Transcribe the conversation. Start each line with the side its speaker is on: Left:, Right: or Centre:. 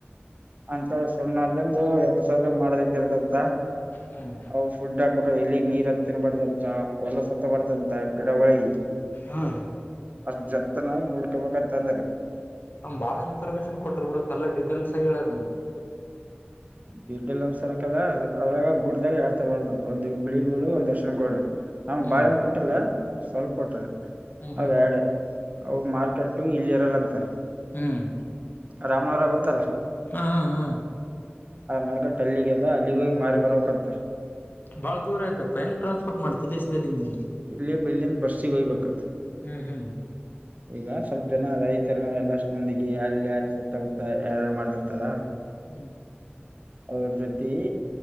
Right: ಅಂತ ಸುಣ್ಣ ಅಲ್ಲಿಂದು ಎಬತ್ ಸಾವಿರ ಮಾಡದಿದ್ದಿರದಂತ
Left: ಹ್ಮ್
Right: ಅ ಫುಡ್ ಹಾಕ್ಬೇಕು ಎಲ್ಲಿ ನೀರ್ ಹತ್ತಿರಬಾರ್ದಂತಹ ಹೊಲಸ ಹತ್ತ ಬಾರದಂತ್ ಗಿಡಗೊಳಿಗ್ ಇದು
Left: ಹಾ
Right: ಅಷ್ಟ್ ಜತ್ತನಾಗಿ ನೋಡ್ಕೊಬೇಕಂತ ಅಂದ್ರ
Left: ಹ ಬಾಳ ಇನ್ಫಾರ್ಮೇಶನ್ ಕೊಟ್ರಿ ಬಿಡ ಎಲ್ಲಾ ಡಿಟೇಲ್ಸ್ ಹೇಳರಿ ನಿಮ
Right: ಡಿ ಲ್ಲಂದ್ ಸನಕಲ್ಲ ಅದು ಅದ್ರಾಗ ಗುಡದಾಗ ಎರಡ್ತರ ಹೊಡ್ದಂತ ಒಂದು ಬಿಳಿ ಗೂಡು ಒಂದ್ ಅರಶಿನ ಗೋಡು ನ್
Left: ಹ್ಮ್
Right: ಬಾಳೆನಾ ಕೊಟ್ಟಿಲ್ಲ ಸ್ವಲ್ಪ ಕೊಟ್ರೆ
Left: ಹ್ಮ್
Right: ಅವ
Left: ಹ್ಮ್
Right: ಯಾಡ್ ಅವ ಮಾರ್ಕೆಟ್ ಇಲ್ಲಿ ಇರಲ್ಲ ಅಂತ.
Left: ಹ್ಮ್
Right: ರಾಮ್ನವರ ಗೊತ್ತಲ್ಲಾ?
Left: ಹಾ ಹಾ ಹಾ
Right: ಆ ಮಾರ್ಕೆಟ್ ಅಲ್ಲಿಗೆ ಅದ ಅಲ್ಲಿಗೆಗಿ ಮಾರಿ ಬರ್ಬೇಕ್ಂತ.
Left: ಬಾಳ ದೂರ ಆಯ್ತಾಪ್ಪಾ ಹೆಂಗ ಟ್ರಾನ್ಸ್ಪೋರ್ಟ್ ಮಾಡ್ತಿ ಇಲ್ಲಿಲಾಸಿ ಅಲಿಗೆ
Right: ಇಲ್ಲಿ ಇಲ್ಲಿಂದ ಬಸ್ಸಿಗ್ ಒಯ್ಯಬೇಕ್.
Left: ಹ್ಮ್ ಹ್ಮ್
Right: ಈಗ ಸ್ವಲ್ಪ ಜನ ರೈತರ ಎಲ್ಲಷ್ಟ ಮಂದಿಗೆ ಯಾರ ಯಾರು ಸುತ್ತಮುತ್ತ ಯಾರಾರು ಮಾಡ್ತಿರ್ತಾರ!
Left: ಹ್ಮ್.
Right: ಅವ್ರ ಜೊತಿ